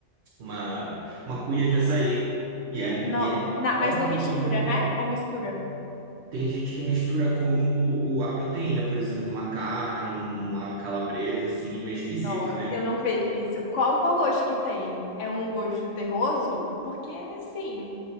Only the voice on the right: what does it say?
uma, uma cuia de açaí. E é,
e é
totalmente
normal.
Tem gente que mistura com o, o- a proteína, por exemplo, uma carne, um, uma calabresa, assim, meio esquisito,
né?